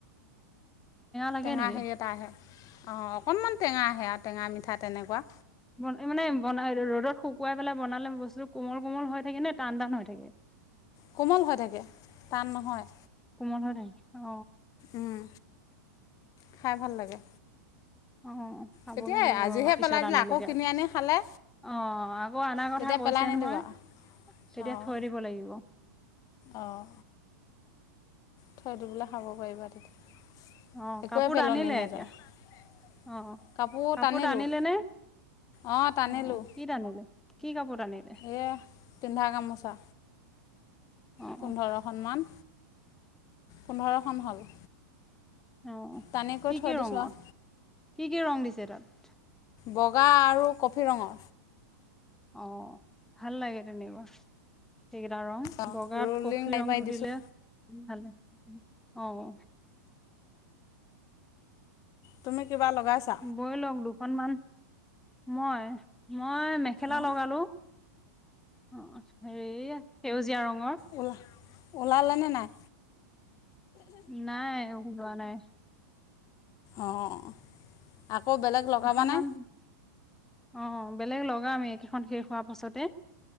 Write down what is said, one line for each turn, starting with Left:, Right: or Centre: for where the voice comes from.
Centre: লাগে
Left: টেঙা
Centre: নেকি
Left: হেৰি এটা আহে, অঁ অকণমান টেঙা আহে আৰু টেঙা মিঠা তেনেকুৱা।
Centre: ব মানে বনাই ৰ'দত শুকুৱাই পেলাই বনালে বস্তু কোমল কোমল হৈ থাকে নে টান টান হৈ থাকে।
Left: কোমল হৈ থাকে, টান নহয়।
Centre: কোমল হৈ থাকে অ
Left: উম, খাই ভাল লাগে।
Centre: অঁ, চাব
Left: তেতিয়া
Centre: লাগিব
Left: আজিহে
Centre: পিছত
Left: পেলাই দিলে
Centre: আনিলেগে।
Left: আকৌ কিনি আনি খালে
Centre: অঁ আকৌ অনা কথা
Left: তেতিয়া
Centre: কৈছে
Left: পেলাই নিদিবা
Centre: নহয়, তেতিয়া
Left: অঁ
Centre: থৈ দিব লাগিব।
Left: অঁ। থৈ দি পেলাই খাব দিব পাৰিবা, তেতিয়া
Centre: অ',
Left: একোৱেই
Centre: কাপোৰ
Left: পেলনি
Centre: টানিলে
Left: নাযায়।
Centre: এতিয়া অ',
Left: কাপোৰ টানিলোঁ।
Centre: টানিলে নে?
Left: অঁ টানিলোঁ,
Centre: অ', কি টানিলে? কি কাপোৰ টানিলে?
Left: এই পিন্ধা গামোচা।
Centre: অ',
Left: পোন্ধৰখন
Centre: অ',
Left: মান, পোন্ধৰখন হ'ল।
Centre: অঁ
Left: টানি কৰি
Centre: কি
Left: থৈ
Centre: কি
Left: দিছোঁ
Centre: ৰঙৰ,
Left: আৰু
Centre: কি কি ৰং দিছে তাত?
Left: বগা আৰু কফি ৰঙৰ।
Centre: অ, ভাল লাগে তেনেকুৱা। সেইকেইটা ৰং
Left: অঁ
Centre: বগাত
Left: ৰুলিং
Centre: কফি
Left: পাৰি
Centre: ৰংটো
Left: পাৰি দিছোঁ
Centre: দিলে, ভালে অঁ।
Left: তুমি কিবা লগাইছা?
Centre: বৈ লওক দুখনমানান মই মই মে খেলা
Left: অঁ
Centre: লগালোঁ, অঁ হেৰি সেউজীয়া ৰঙৰ।
Left: অ'লা অ'লা লেনে নাই।
Centre: নাই ওলোৱা নাই।
Left: অঁ আকৌ বেলেগ- লগাবানে
Centre: কেইখনমান অ বেলেগ লগামেই কেইখন শেষ হোৱাৰ পাছতে।